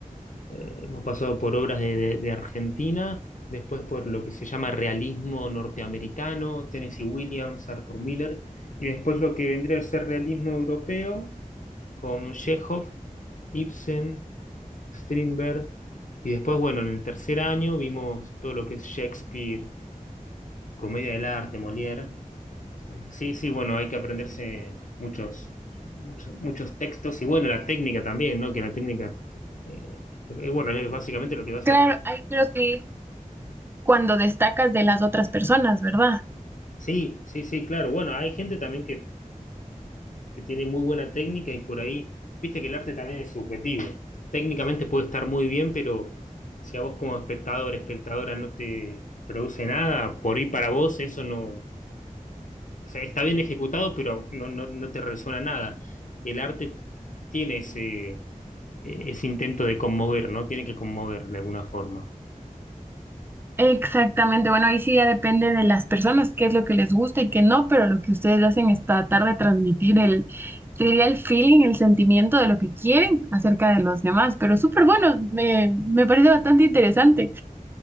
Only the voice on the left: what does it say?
eh, hemos pasado por obras de, de- de Argentina, después por lo que se llama realismo norteamericano, Tennessee Williams, Arthur Miller, y después lo que vendría a ser realismo europeo con Chekhov, Ibsen, Strindberg. Y después, bueno, en el tercer año vimos todo lo que es Shakespeare, comedia del arte, Molière. Mm, Sí, sí, bueno, hay que aprenderse muchos, muchos, muchos textos y bueno, la técnica también, ¿no? Que la técnica, eh, eh, bueno, es básicamente lo que vas
a...
Sí, sí, sí, claro. Bueno, hay gente también que que tiene muy buena técnica y por ahí, viste que el arte también es subjetivo. Técnicamente puede estar muy bien, pero si a vos como espectador, espectadora no te produce nada, por ahí para vos eso no, o sea, está bien ejecutado, pero no, no, no te resuena nada. El arte tiene ese, ese intento de conmover, ¿no? Tiene que conmover de alguna forma.